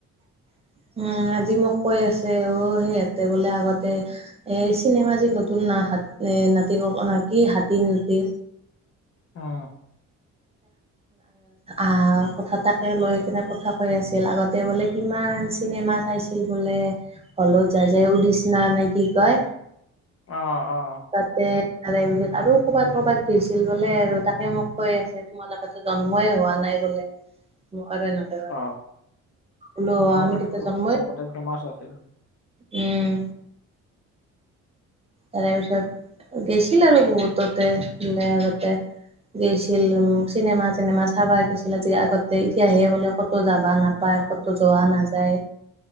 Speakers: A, on the right (about 20°); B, on the left (about 50°).
A: <unintelligible> উ আজি মোক কৈ আছে অ সিহঁতে বোলে আগতে এই চিনেমা যি নতুন নাশ। এ নাতি ক ন নাতি হাতী নাতি
B: উহ।
A: আহ কথা তাকে লৈ কিনে কথা কৈ আছিল আগতে বোলে কিমান চিনো। মা চাইছিল বোলে হলত যাই যাই উদচনা নাই কি কয়।
B: আহ আহ
A: তাতে তাৰে পিছত আৰু কৰ'বাত কৰ'বাত ধইছিল বোলে আৰু তাকে মোক কৈ আছে তোমালোকে ত জন্মই হোৱা নাই বোলে আৰু এনেকে ক
B: অ
A: বোলো
B: অ
A: আমি
B: সেইটো
A: তেতিয়া জন্মই
B: হলটো আগতে ফেমাচ আছিল
A: উম তাৰ পিছত গেছিল আৰু বহুততে বলে আগতে গৈছিল উম চিনেমা চিনেমা চাবাগৈছিলা যে আগতে এতিয়াহে বোলে ক'তো যাবা নাপায় ক'তো যোৱা নাযায়